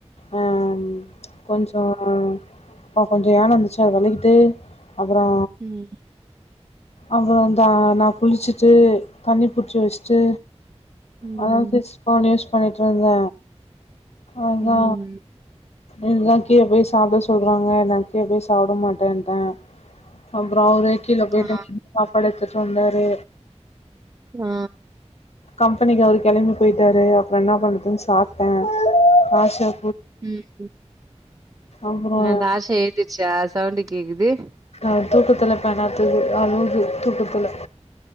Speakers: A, on the left; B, on the right.
A: அஹ் ம் கொஞ்சோ ஆஹ அ கொஞ்சோ யானம் இருந்துச்சு விளகிட்டு அப்ரோ
B: ம்
A: அப்ரோ தா நான் குளிச்சுட்டு தண்ணி புடிச்ச வச்சுட்டு
B: ம்
A: அதா சிஸ் ஃபோன் யூஸ் பண்ணிட்டுருந்த அதா
B: ம்
A: என்ல்லா கீழே போய் சாப்பிட சொல்றாங்க எ கீழே போய் சாப்பிட மாட்டேன்ட்ட அப்ரோ அவரே <unintelligible>
B: ஆ
A: சொந்தரு
B: ஆ
A: கம்பெனிக்கு அவர் கிளம்பி போயிட்டாரு அப்புறம் என்ன பண்ணுறதுன்னு சாப்பிட்ட ஆஷாக
B: உம்
A: அப்புறம்
B: என்னந்த ஆசை எழுதிச்சா தவண்டி கேக்குது
A: ஆஹ தூக்கத்துல பனாத்துது அலோகு தூக்கத்துல